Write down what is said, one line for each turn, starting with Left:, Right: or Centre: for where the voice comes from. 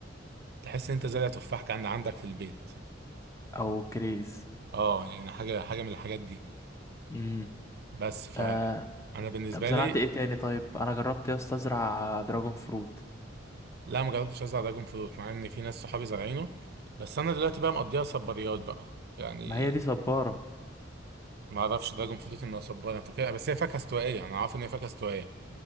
Right: تحس إن أنت زرع تفاح كان عندك في البيت
Left: او كريز
Right: أه يعني حاجة حاجة من الحاجات دي
Left: امم
Right: بس فأنا
Left: آه
Right: بالنسبة
Left: طب زرعت
Right: لي
Left: ايه تاني طيب انا جربت يا اسطى ازرع دراجون فروت
Right: لا ما جربتش أزرع دراجون فروت مع إن في ناس صحابي زارعينه بس أنا دلوقتي بقى مقضيها صباريات بقى يعني
Left: ما هي دي صباره
Right: ما أعرفش دراجون فروت إنه صبار أنا فاكرها بس هي فاكهة استوائية أنا عارف إن هي فاكهة استوائية